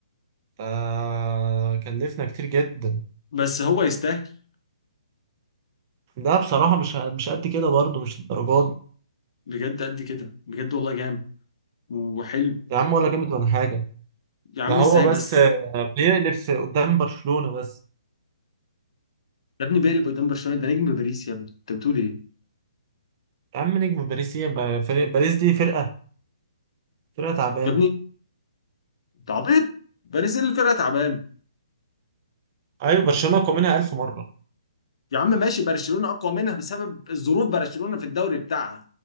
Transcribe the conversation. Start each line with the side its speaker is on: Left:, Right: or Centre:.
Right: فكلفنا كتير جدا
Left: بس هو يستاهل
Right: ده بصراحه مش مش قد كده برضه مش الدرجات دي
Left: بجد قد كده بجد والله جامد وحلو
Right: يا عم ولا جامد ولا حاجه
Left: يا عم
Right: ده هو
Left: ازاي
Right: بس
Left: بس
Right: آه، بيقلب في- قدام برشلونه بس
Left: يا ابني بيلي قدام برشلونه ده نجم باريس يا ابني انت بتقول ايه
Right: يا عم نجم باريس ايه بقى؟ فريق- باريس دي فرقه فرقه تعبانه
Left: يا ابني انت عبيط باريس اللي الفرقه تعبان
Right: ايوه برشلونه اقوى منها 1000 مره
Left: يا عم ماشي برشلونه اقوى منها بسبب الظروف برشلونه في الدوري بتاعها